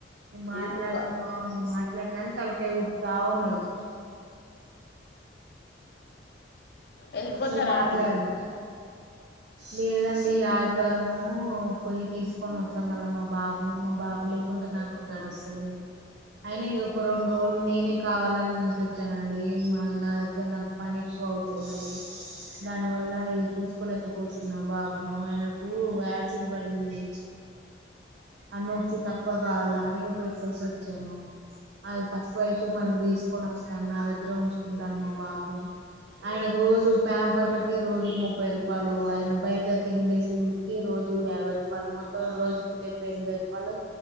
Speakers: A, on the right; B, on the left.
A: నే మాట్లాడ్ను
B: ఎందుకో
A: నేన్ మాట్లాడనని తలకాయ్ ఉప్తా ఉన్నాడు
B: వెళ్ళిపోతారా
A: అసలు మాట్లాడ్నట
B: అండి మరి
A: లేదండి ఈ ఆదివారము పొయి తీసుకోనొస్తా మళ్ళా మా బాబును మా బాబు లేకు కుంటే నాకు గాడొస్తలేదు అయినా ఇంగొక రొండు రోలు నేనే కావాలని ఉంచొచ్చానండి ఏ మా నా దగ్గర నాకు పని బౌచున్నది దాని వల్ల ఇగ చూసుకోలేకపోతున్నా బాబును ఆయనకు యాసిడ్ బడింది అ నొప్పి తక్కువ గావాలని పెట్టేసొచ్చాను అది తక్కువ అయితే మళ్ళీ తీసుకొని వస్తాను నా దగ్గర ఉంచుకుంటాను మా బాబును ఆయనకు రోజు ప్యాంపర్లకి రోజుకు ముప్పై రుపాలు ఆయన బైట తిన్నే తిండికి రోజు యావై రుపాలు మొత్తం రోజుకి డెబ్బై ఎనభై రుపాలు